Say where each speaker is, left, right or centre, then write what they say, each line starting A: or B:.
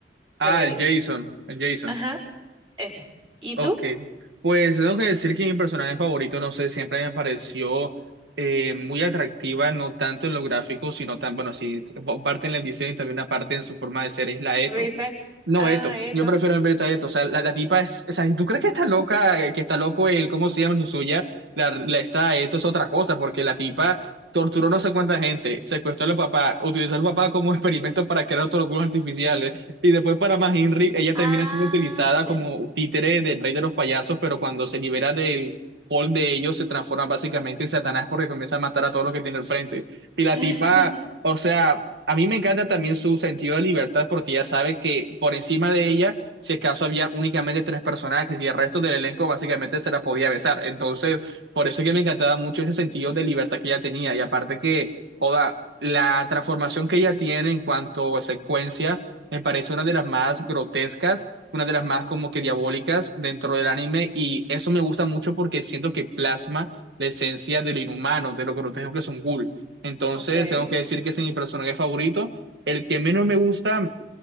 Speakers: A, on the right; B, on the right.
A: Ah,
B: Lo odio.
A: el Jason, el Jason.
B: Ajá, ese. ¿Y
A: Ok.
B: tú?
A: Pues tengo que decir que mi personaje favorito, no sé, siempre me pareció eh, muy atractiva, no tanto en lo gráfico, sino tan, bueno, sí, parte en el diseño y también una parte en su forma de ser, es la Eto.
B: Rize.
A: No,
B: Ah,
A: Eto.
B: esto.
A: Yo prefiero el a Eto. O sea, la, la tipa es. O sea, si tú crees que está loca, eh, que está loco el, ¿cómo se llama el suya? La, la está Eto es otra cosa, porque la tipa torturó no sé cuánta gente, secuestró al papá, utilizó al papá como <laughs> experimento para crear otros culos artificiales. Y después, para más Henry, ella
B: Ah,
A: termina siendo utilizada
B: ya.
A: como títere del rey de los payasos, pero cuando se libera del hall de ellos, se transforma básicamente en Satanás porque comienza a matar a todos los que tiene al frente. Y la
B: <laughs>
A: tipa. O sea, a mí me encanta también su sentido de libertad porque ya sabe que por encima de ella, si acaso había únicamente tres personajes y el resto del elenco básicamente se la podía besar. Entonces, por eso es que me encantaba mucho ese sentido de libertad que ella tenía. Y aparte que, joda, la transformación que ella tiene en cuanto a secuencia me parece una de las más grotescas, una de las más como que diabólicas dentro del anime. Y eso me gusta mucho porque siento que plasma la esencia de lo inhumano, de lo grotesco que son Ghoul. Entonces,
B: Ok. <laughs>
A: tengo que decir que ese es mi personaje favorito. El que menos me gusta